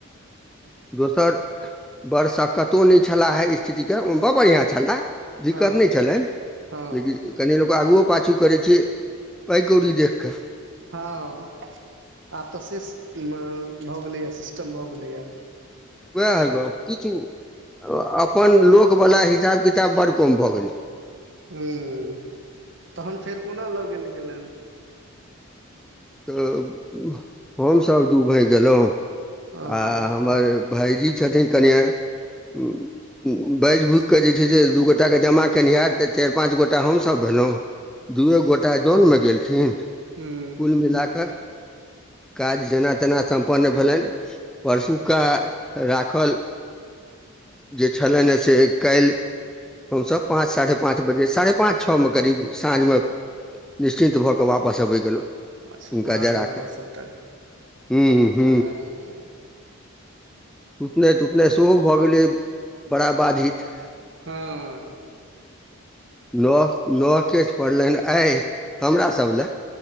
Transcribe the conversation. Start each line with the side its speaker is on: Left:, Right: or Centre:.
Centre: दोसर बरसकत्तो नै छलाह हें स्थितिके बड़ बढ़िया छलाह। दिक्कत
Right: हँ
Centre: नै छलैन
Right: हँ
Centre: लेकिन कनि लोक आगुवो पाछू करै छै पाइ कौड़ी देख कै
Right: हां आब तऽ सिस मे भऽ गेलय यै सिस्टम भऽ गेलै यै।
Centre: वैह गप <unintelligible> अपन लोक बला हिसाब-किताब बड कम भऽ गेलै
Right: हुं तहन फेर कोना लऽ गेल गेलैन
Centre: तब हमसब दू भाय गेलौ
Right: ओ
Centre: आ हमर भायजी छथिन कनिए उम्म उम्म बाएज भूक के जे छै से दू गोटा के जमा केनिहार तै चाएर पांच गोटा हम सब भेलौं दूए गोटा जोन मे गेलखिन्ह
Right: हूं।
Centre: मिला कै काज जेना-तेना सम्पन्न भेलैन परसूका राखल। जे छलनि ह से काल्हि, हमस पाँच साढ़े पाँच सात बजे, साढ़े पाँच छ में करीब साँझ मे निश्चिन्त भऽ कऽ वापस अबै गेलहुँ।
Right: अच्छा
Centre: हुनका
Right: नहा
Centre: जरा
Right: धो
Centre: कऽ
Right: सभटा
Centre: हू- हू।
Right: हूँ
Centre: सुतनाइ- तुतनाइ सेहो भऽ गेलै बड़ा बाधित।
Right: हँ।
Centre: नह- नहकेस पड़लैन आइ हमरा सब लए।